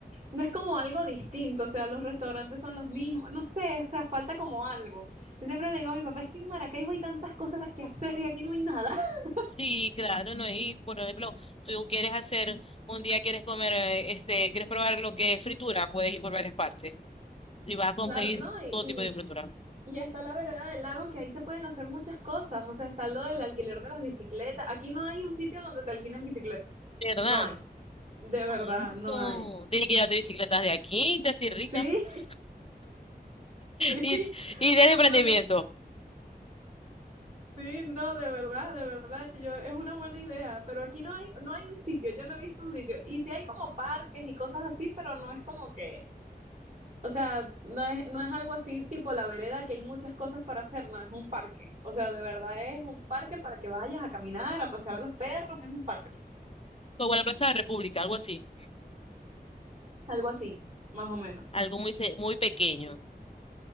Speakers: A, on the right (about 55°); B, on the left (about 35°).
A: no es como algo distinto. O sea, los restaurantes son los mismos. No sé, o sea, falta como algo. Y siempre le digo a mi papá, es que en Maracaibo hay tantas cosas que hacer y aquí no hay nada. <laughs>
B: Sí, claro, ¿no? Y por ejemplo, tú quieres hacer, un día quieres comer, eh, este, quieres probar lo que es fritura, puedes ir por varias partes y vas a conseguir
A: Claro, no, y,
B: todo
A: y,
B: tipo de fritura.
A: y está la vereda del lago que ahí se pueden hacer muchas cosas. O sea, está lo del alquiler de las bicicletas. Aquí no hay un sitio donde te alquilen bicicleta.
B: ¿Verdad?
A: No hay. De verdad,
B: Ay,
A: no
B: no.
A: hay.
B: Tienes que llevarte bicicletas de aquí, te haces rica.
A: Sí,
B: <laughs>
A: <laughs> sí,
B: Y, y y de
A: me
B: emprendimiento,
A: pone, sí, no, de verdad, de verdad, yo, es una buena idea, pero aquí no hay, no hay un sitio, yo no he visto un sitio, y sí hay como parques y cosas así, pero no es como que, o sea, no es, no es algo así tipo la vereda que hay muchas cosas para hacer, no, es un parque, o sea, de verdad es un parque para que vayas a caminar, a pasear a los perros, es un parque,
B: como la Plaza de la República, algo así.
A: algo así, más o menos,
B: Algo muy, se- muy pequeño.